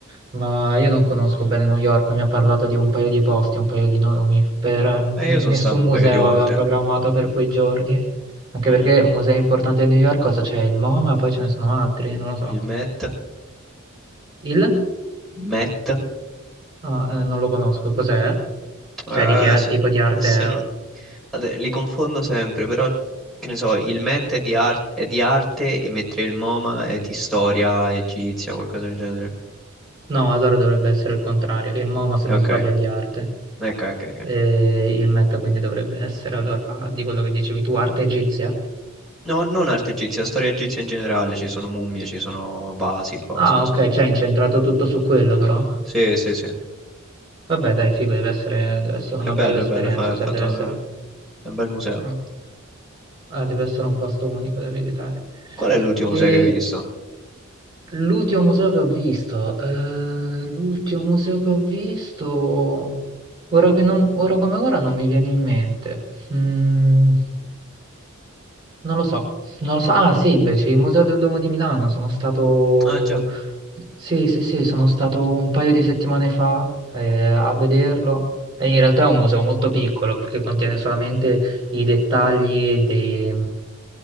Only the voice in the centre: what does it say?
Eh, io sono
stato un
paio di volte.
Mhm.
Il Met.
Met.
Eh,
se,
se
no- Vabbè, Li confondo sempre, però che ne so, il Met è di, ar- è di arte, e mentre il MoMA è di storia egizia o qualcosa del genere.
Ok,
ok, ok, ok.
No, non arte egizia, storia egizia in generale, ci sono mummie, ci sono vasi, cose,
insomma.
Sì, sì, sì.
È
bello,
è bello, è, fa- è
fatto...
è un bel museo.
Qual è l'ultimo
museo che hai visto?
Mm.
Ah, già.